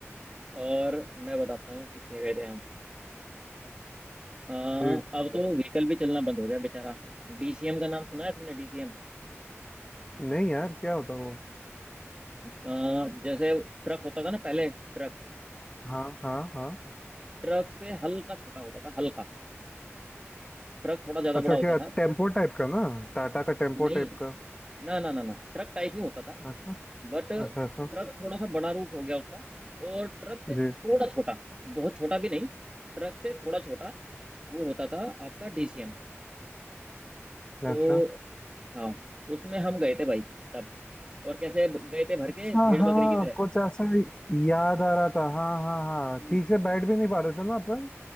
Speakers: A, on the right; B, on the left.
A: और मैं बताता हूँ किससे गए थे हम अ,
B: जी
A: अब तो व्हीकल भी चलना बंद हो गया बेचारा डीसीएम का नाम सुना है तुमने डीसीएम
B: नहीं यार क्या होता वो
A: अ, जैसे ट्रक होता था ना पहले ट्रक
B: हाँ हाँ हाँ
A: ट्रक से हल्का छोटा होता था हल्का ट्रक थोड़ा ज्यादा
B: अच्छा
A: बड़ा होता
B: क्या
A: था
B: टेम्पो टाइप का ना टाटा का टेम्पो
A: नहीं
B: टाइप का
A: ना ना ना ना ट्रक टाइप ही होता था
B: अच्छा
A: बट ट्रक
B: अच्छा अच्छा
A: थोड़ा सा बड़ा रूप हो गया उसका और ट्रक से
B: जी
A: थोड़ा छोटा बहुत छोटा भी नहीं ट्रक से थोड़ा छोटा वो होता था आपका डीसीएम तो
B: अच्छा
A: हाँ उसमें हम गए थे भाई तब और कैसे ब- गए थे भर
B: अच्छा
A: के भेड़
B: हाँ
A: बकरी की तरह
B: कुछ ऐसा ही याद आ रहा था हाँ हाँ हाँ
A: हम्म,
B: ठीक से बैठ भी नहीं पा रहे थे ना अपन